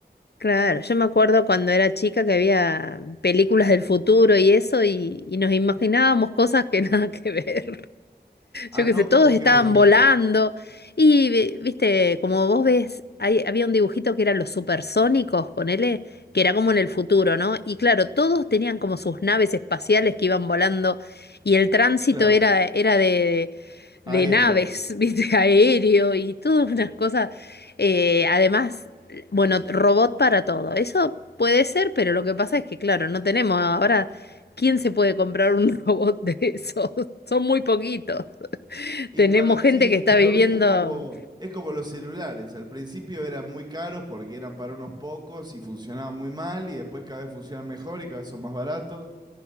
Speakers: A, on the left; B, on the right.
A: claro. Yo me acuerdo cuando era chica que había películas del futuro y eso, y, y nos imaginábamos cosas que <laughs> nada que ver.
B: Ah,
A: Yo qué
B: no,
A: sé, todos
B: como
A: estaban
B: que, por ejemplo,
A: volando. Y, vi- viste, como vos ves, hay- había un dibujito que eran los supersónicos, ponele, que era como en el futuro, ¿no? Y claro, todos tenían como sus naves espaciales que iban volando y el tránsito
B: claro.
A: era, era de,
B: Aéreo.
A: de naves, <laughs> viste, aéreo y todas unas cosas. Eh, además, bueno, robot para todo. Eso puede ser, pero lo que pasa es que, claro, no tenemos ahora... ¿Quién se puede comprar un <laughs> robot de esos? Son muy poquitos.
B: Y
A: Tenemos
B: para,
A: gente
B: sí,
A: que está
B: pero
A: viviendo.
B: viste, es como, es como los celulares. Al principio eran muy caros porque eran para unos pocos y funcionaban muy mal y después cada vez funcionan mejor y cada vez son más baratos.